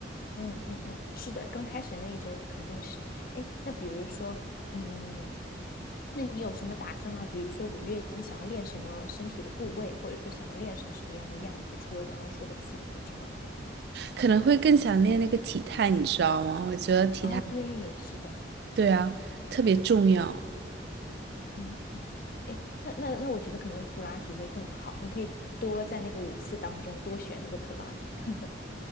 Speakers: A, on the left; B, on the right.
A: 嗯嗯嗯，是的，刚开始的那一周肯定是。哎，那比如说，嗯，那你有什么打算吗？比如说五月你想要练什么身体的部位，或者说想要练成什么样的样子，除了刚刚说的次数之外。
B: 可能会更想练那个体态，你知道吗？我觉得体态，
A: 哦，对，是的。
B: 对啊，特别重要。
A: 嗯嗯，哎，那那那，我觉得可能普拉提会更好，你可以多在那个五次当中多选那个普拉提。<laughs>